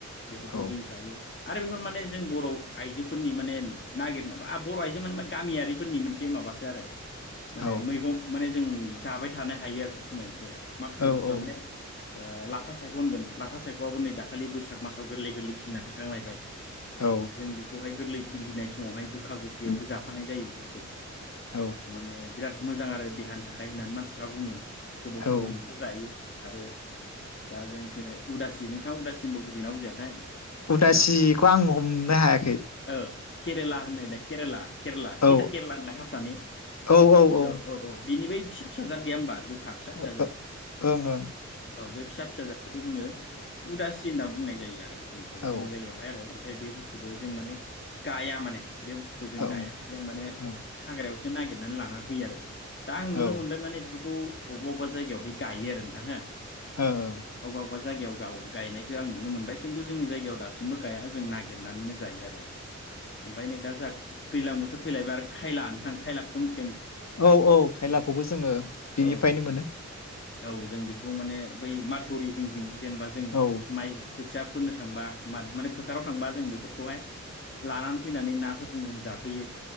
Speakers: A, on the left; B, on the left.
A: बेफोरखौ
B: औ
A: जों जायो। आरो बेखौ माने जों बर' आइजोफोरनि माने नागिरनाय बर' आइजो माने गामियारिफोरनि मोनसे माबासो आरो। माने
B: औ
A: मैगं माने जों जाबाय थानो हायो आरो सब समाय इखो। माखासे
B: औ
A: बुस्थुआ
B: औ
A: माने ओ लाफा सायख होनगोन लाफा सायख'आबो नै दाखालि बैसाग मासाव गोरलै गोरलै खिलिना थाखांलायबाय।
B: औ
A: जों बेखौहाय। गोरलै गिलिनाय समावहाय गोख खा गोखैयावबो
B: उम
A: जाफानाय जायो बेफोर खौ।
B: औ
A: माने। बिराद मोजां आरो देहानि थाखाय होननानै मानसिफ्रा बुङो। गोबाव
B: औ
A: समजोंसो जायो। आरो दा जों फैनाय उदासि नोंथाङा उदासिमबो बुजिगोना बुजियाथाय।
B: उदासिखौ
A: उदासि
B: आं हमनो हाया
A: ओ केरेला होनो केरेला केरेला
B: औ
A: तिथा केरेला होनलाय हारसानि
B: औ ओं ओं
A: औ औ औ। बिनिफ्राइ फिसा फिसा जाद गैया होमबा गोखा फिसा
B: <unintelligible>
A: फिसा जाद
B: ओं ओं।
A: औ बे फिसा फिसा जादखौ जोङो उदासि होनना बुंनाय जायो आरो। बेखौ
B: औ
A: जोंनि जायगायावहाय आरो। ओमफ्राइ बे बुस्थ थुखौ जों माने गाया माने। बे बुस्थुखौ
B: ओं
A: जों गाया जों माने
B: ओं
A: हाग्रायाव सो नागिरनानै लाना फैयो आरो। दा आं नुनो
B: औ
A: मोनबाय माने इफोरखौ। अबेबा अबेब जायगायावहाय गायो आरो नोंथां हो।
B: औ औ।
A: अबेबा अबेबा जायगायाव गाव गायनायखौ आं नुनो मोनबाय खिन्थु जोंनि जायगायाव दासिमबो गाया जों नागिर नानैनो जायो आरो। ओमफ्राय नै दा जोंहा दैलां बोथोर फैलायबाय आरो खायला नोंथां खायलाखौथ' मोन्थि
B: औ औ खायलाखौबो जोङो बेनिफ्रायनो
A: औ
B: मोनो।
A: औ जों बेखौ माने बै माथौरि जिं जिं। जेनेबा जों
B: औ
A: माइ। खोथिया फोनो थांबा मा माने फोथाराव थांबा। जों बेफोरखौहाय लानानै फैनानै नाफोरजों जों जाफैयो।